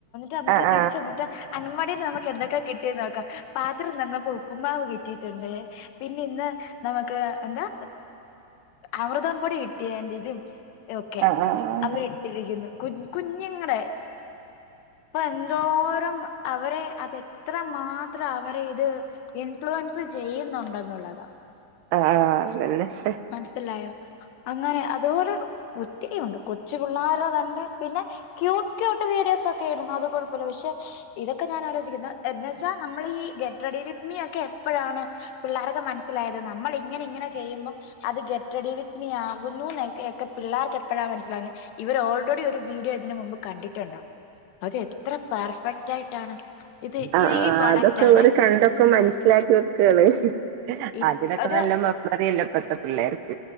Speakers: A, on the left; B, on the right.
A: ന നമുക്ക്
B: ആഹ്
A: തിരിച്ചന്നിട്ട് അങ്ങവാടിൽന്ന് നമുക്ക് എന്തൊക്കെ കിട്ടിയ നോക്കാം പാത്രം തന്നപ്പോൾ ഉപ്പുമാവ് കിട്ടിയിട്ടുണ്ട് പിന്നെ ഇന്ന് നമുക്ക് എന്താ അമൃതംപൊടി കിട്ടിയാന്റിതും ഓക്കെ
B: ആഹ് ആഹ് ആഹ്
A: അവരിട്ടിരിക്കുന്നു കുഞ്ഞു കുഞ്ഞുങ്ങളുടെ അപ്പൊ എന്തോരം അവരെ അത് എത്ര മാത്രം അവരെ ഇത് ഇൻഫ്ലുവൻസ് ചെയ്യുന്നുണ്ടെന്നുള്ളതാ
B: ആഹ് അതന്നെ ആഹ്
A: മനസിലായോ അങ്ങനെ അതുപോലെ ഒത്തിരി ഉണ്ട് കൊച്ചു പിള്ളേര തന്നെ പിന്നെ ക്യൂട്ട് ക്യൂട്ട് വീഡിയോസ് ഒക്കെ ഇണ്ട് അത് കുഴപ്പമില്ല പക്ഷെ ഇതക്കെ ഞാൻ എന്നാ വെച്ചാൽ നമ്മൾ ഈ ഗെറ്റ് റെഡി വിത്ത്‌ മീയൊക്കെ എപ്പോഴാണ് പിള്ളോരൊക്കെ മനസ്സിലായത് നമ്മള ഇങ്ങനെങ്ങനെ ചെയ്യുമ്പോം അത് ഗെറ്റ് റെഡി വിത്ത്‌ മീ ആകുന്നു ഒക്കെ പിള്ളേർക്ക് എപ്പോഴാ മനസിലാവുന്നേ ഇവർ ഓൾറെഡി ഒരു വീഡിയോ ഇതിന് മുമ്പ് കണ്ടിട്ടുണ്ടാവും അത് എത്ര പെർഫെക്റ്റ് ക്റ്റ് ആയിട്ടാണ് ഇത്
B: ആ
A: ഇത് ഈ പ്രൊഡക്റ്റ്
B: അതൊക്കെ
A: ആണ്
B: അവര് കണ്ടൊക്കെ മനസ്സിലാക്കി വെക്കാണ്
A: ഇ
B: അതിനൊക്കെ
A: അത്
B: നല്ല മ മ അല്ല ഇപ്പഴത്തെ പിള്ളേർ